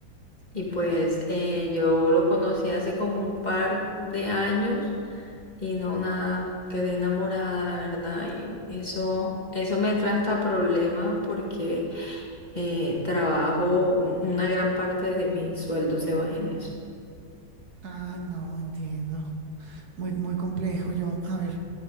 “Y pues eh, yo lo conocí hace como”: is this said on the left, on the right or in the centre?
Left